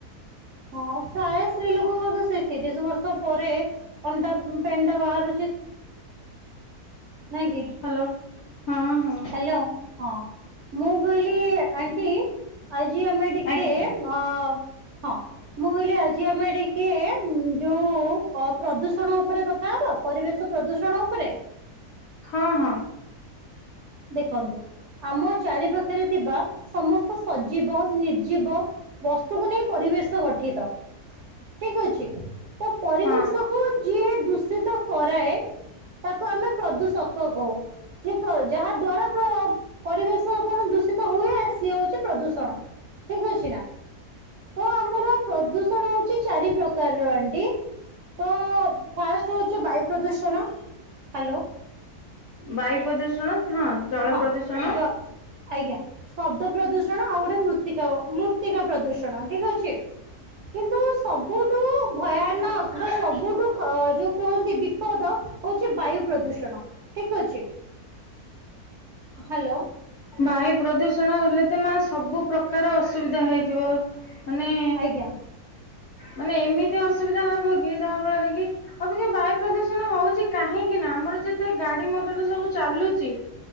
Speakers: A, on the right; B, on the left.
A: ହଁ ପ୍ରାୟ ସ୍ତ୍ରୀ ଲୋକଙ୍କର ତ ସେ ତିରିଶ ବର୍ଷ ପରେ ଅଣ୍ଟା ପେନ୍ ଟା ବାହାରୁଛି। ନାଇଁ କି?
B: ହ୍ୟାଲୋ ହଁ ହଁ।
A: ହ୍ୟାଲୋ ହଁ। ମୁଁ କହିଲି ଆଣ୍ଟି ଆଜି ଆମେ ଟିକେ
B: ଆଜ୍ଞା
A: ଅ ହଁ। ମୁଁ କହିଲି ଆଜି ଆମେ ଟିକେ ଯୋଉ ଅ ପ୍ରଦୂଷଣ ଉପରେ କଥା ହବା? ପରିବେଶ ପ୍ରଦୂଷଣ ଉପରେ?
B: ହଁ ହଁ।
A: ଦେଖନ୍ତୁ ଆମ ଚାରିପାଖରେ ଥିବା ସମସ୍ତ ସଜୀବ ନିର୍ଜୀବ ବସ୍ତୁକୁ ନେଇ ପରିବେଶ ଗଠିତ। ଠିକ ଅଛି ତ ପରିବେଶ
B: ହଁ
A: କୁ ଯିଏ ଦୂଷିତ କରାଏ। ତାକୁ ଆମେ ପ୍ରଦୂଷକ କହୁ। ଯେ ପ ଯାହା ଦ୍ଵାରା ପ ପରିବେଶ କଣ ଦୂଷିତ ହୁଏ। ସିଏ ହଉଛି ପ୍ରଦୂଷଣ ଠିକ ଅଛି ନା। ତ ଆମର ପ୍ରଦୂଷଣ ହଉଛି ଚାରି ପ୍ରକାରର ଆଣ୍ଟି। ତ ଫାଷ୍ଟ ହଉଛି ବାୟୁ ପ୍ରଦୂଷଣ ହ୍ୟାଲୋ।
B: ବାୟୁ ପ୍ରଦୂଷଣ ହଁ। ଜଳ
A: ହଁ
B: ପ୍ରଦୂଷଣ
A: ଯ ଆଜ୍ଞା ଶବ୍ଦ ପ୍ରଦୂଷଣ ଆଉ ଗୋଟେ ମୃତ୍ତିକା ମୃତ୍ତିକା ପ୍ରଦୂଷଣ ଠିକ୍ ଅଛି। କିନ୍ତୁ ସବୁଠୁ ଭୟାନକ
B: ହୁଁ
A: ବା ସବୁଠୁ କ ଯୋଉ କୁହନ୍ତି ବିପଦ ହଉଛି ବାୟୁ ପ୍ରଦୂଷଣ ଠିକ୍ ଅଛି। ହ୍ୟାଲୋ।
B: ବାୟୁ ପ୍ରଦୂଷଣ ହେଲେ ତ ମା ସବୁ ପ୍ରକାର ଅସୁବିଧା ହେଇଯିବ ମାନେ
A: ଆଜ୍ଞା।
B: ମାନେ ଏମିତି ଅସୁବିଧା ହବ କି ଯାହା ଫଳରେ ଅବିକା ବାୟୁ ପ୍ରଦୂଷଣ ହଉଚି କାହିଁକି ନା ଆମର ଯେତେ ଗାଡି ମଟର ସବୁ ଚାଲୁଚି